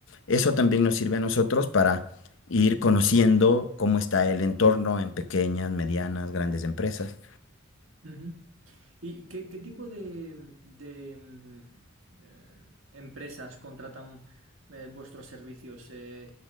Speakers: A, on the left; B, on the right.
A: eso también nos sirve a nosotros para ir conociendo cómo está el entorno en pequeñas, medianas, grandes empresas.
B: Ujú, ¿Y qué, qué tipo de, de, mm, eh, empresas contratan eh, vuestros servicios? Eh,